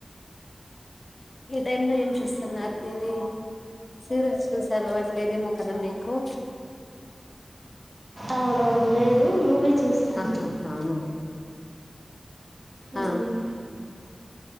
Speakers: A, on the left (about 50°); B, on the right (about 30°).
A: ఈ టైమ్ లో ఏం చూస్తున్నారు టీవీ సీరియల్స్ చూస అలవాట్లేద మొ కదా మీకు
B: అవున అవును లేదు మూవీ చూస్తున్నాను
A: ఆహా అవున
B: అవును
A: ఆ